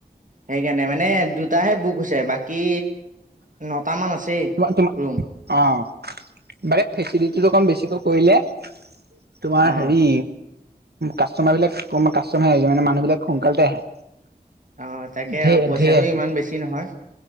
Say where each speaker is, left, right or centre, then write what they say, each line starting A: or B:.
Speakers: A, on the right (about 50°); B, on the right (about 75°).
A: সেইকাৰণে মানে দুটাহে বুক হৈছে, বাকী নটা মান আছেই
B: তোমাৰ
A: ৰুম।
B: অ' বাৰে ফেচিলিটিটো অকমান বেছিকৈ কৰিলে তোমাৰ
A: অ
B: হেৰি কাষ্টমাৰ বিলাক কাষ্টমাৰ মানে মানুহবিলাক সোনকালতে আহে।
A: অ' তাকে
B: ধেৰ
A: আৰু পইচাটো
B: ধেৰ আহে
A: ইমান বেছি নহয়।